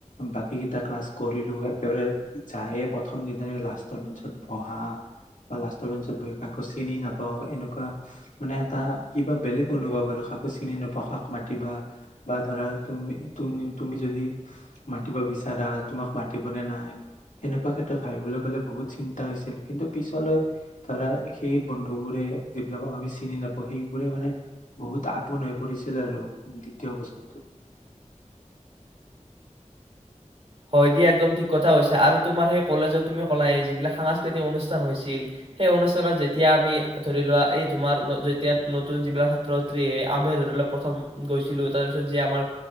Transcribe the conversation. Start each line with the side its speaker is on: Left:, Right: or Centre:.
Left: বাকী কেইটা ক্লাছ কৰিলো একেবাৰে যায়ে প্ৰথম দিনাাই লাষ্টৰ বেঞ্চত বহা বা লাষ্টৰ বেঞ্চত বহি কাকো চিনি নাপাওঁ এনেকুৱা। মানে এটা কিবা বেলেগ অনুভৱ আৰু কাকো চিনি নোপোৱা কাক মাতিবা বা ধৰা তুমি তুমি যদি মাতিব বিচাৰা তোমাক মাতিব নে নাই সেনেকুৱা ক্ষেত্ৰত ভাবিবলৈ গলে বহুত চিন্তা হৈছিল কিন্তু পিছলৈ ধৰা সেই বন্ধু বোৰে যিবিলাকক আমি চিনি চিনি নাপাওঁ সেইবোৰে মানে বহুত আপোন হৈ পৰিছিল আৰু দ্বিতীয় বছৰটো
Right: হয় দিয়া একদম ঠিক কথা হৈছে আৰু তোমাৰ সেই কলেজত তুমি কলাই যিবিলাক সাংস্কৃতিক অনুষ্ঠান হৈছিল সেই অনুষ্ঠানত যেতিয়া আমি ধৰি লোৱা এই তোমাৰ যেতিয়া নতুন যিবিলাক ছাত্ৰ ছাত্ৰী আমি লোৱা প্ৰথম গৈছিলো তাৰ পিছত যে আমাৰ